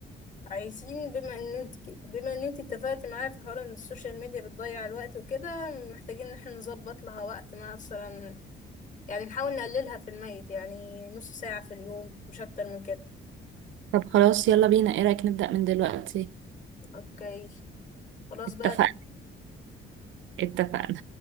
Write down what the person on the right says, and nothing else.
طب خلاص يلا بينا ايه رأيك نبدأ من دلوقتي
اتفقنا
اتفقنا